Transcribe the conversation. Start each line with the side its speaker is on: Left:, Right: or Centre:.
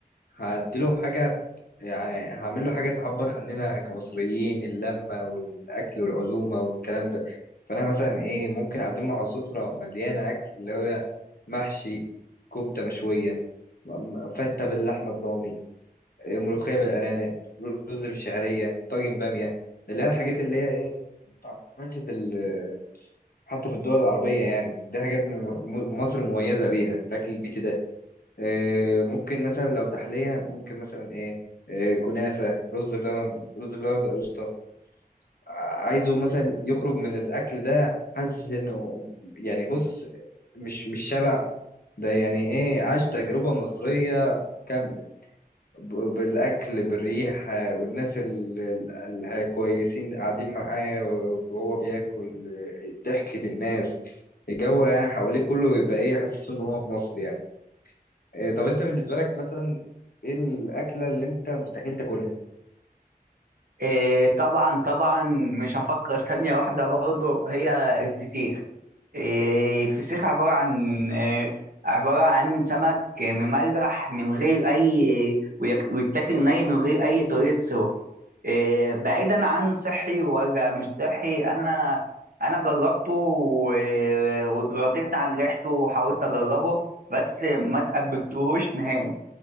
Left: هديله حاجه يعني هعمل له حاجه تعبر عننا كمصريين اللمه والاكل والعزومه والكلام ده فانا مثلا ايه ممكن اعزمه على سفره مليانه اكل اللي هو محشي كفته مشويه م- م- فته باللحمه الضاني ملوخية بالأرانب رز بالشعرية طاجن بامية اللي هي الحاجات اللي هي ايه ما بتتعملش في ال... حتى في الدول العربية يعني دي حاجات م... م- مصر مميزة بيها الأكل البيتي ده إيه ممكن مثلا لو تحلية ممكن مثلا ايه, إيه كنافة رز بلبن رز بلبن بالقشطة ع- عايزه مثلا يخرج من الأكل ده حاسس إنه يعني بص مش مش شبع ده يعني ايه عاش تجربة مصرية كاملة ب- بالأكل بالريح آه، والناس ال- ال- الكويسين قاعدين معاه وهو بياكل آه، ضحكة الناس الجو يعني حواليه كله يبقى إيه حاسس إن هو في مصر يعني آه، طب أنت بالنسبة لك مثلا إيه الأكلة اللي أنت مستحيل تاكلها؟
Right: إيه، طبعا طبعا مش هفكر ثانية واحدة برضو هي الفسيخ إيه، الفسيخ عبارة عن إيه، عبارة عن سمك مملح من غير أي ويك- ويتاكل ني من غير أي طريقة سوى إيه، بعيدا عن صحي ولا مش صحي أنا أنا جربته و- واتغطيت عن ريحته وحاولت أجربه بس ما تقبلتهوش نهائي